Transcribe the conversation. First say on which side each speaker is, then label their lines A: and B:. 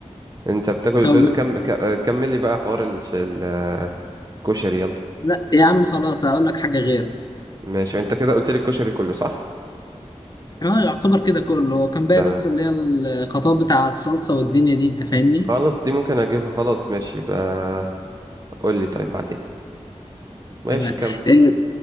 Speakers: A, on the right; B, on the left.
A: انت بتاكل البيض
B: كون
A: كم ك- آه، كمل لي بقى حوار الش- ال- آه، الكشري يلا
B: لا يا عم خلاص هقول لك حاجة غير
A: ماشي انت كده قلت لي الكشري كله صح
B: اه يعتبر كده كله هو كان باقي
A: تمام
B: بس اللي هي الخطاب بتاع الصلصة والدنيا دي أنت فاهمني؟
A: خلاص دي ممكن اجيبها خلاص ماشي بقى قول لي طيب بعدين ماشي
B: تمام
A: كمل
B: إيه